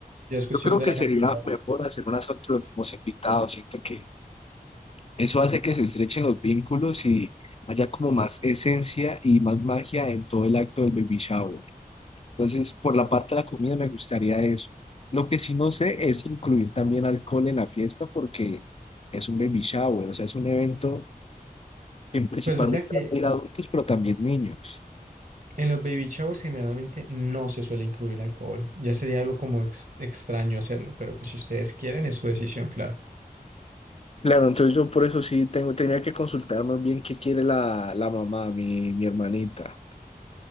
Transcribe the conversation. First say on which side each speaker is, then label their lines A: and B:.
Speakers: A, on the right (about 60°); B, on the left (about 40°).
A: Ya es cuestión
B: Yo creo
A: de
B: que
A: la
B: sería
A: cantidad.
B: mejor hacer unas fotos de los mismos invitados. Siento que eso hace que se estrechen los vínculos y haya como más esencia y más magia en todo el acto del baby shower. Entonces, por la parte de la comida me gustaría eso. Lo que sí no sé es incluir también alcohol en la fiesta porque es un baby shower, o sea, es un evento que principalmente
A: Pues mira que
B: va a ir adultos, pero también niños.
A: en los baby showers generalmente no se suele incluir alcohol. Ya sería algo como ex- extraño hacerlo, pero pues si ustedes quieren es su decisión, claro.
B: Claro, entonces yo por eso sí tengo, tenía que consultar más bien qué quiere la, la mamá, mi, mi hermanita,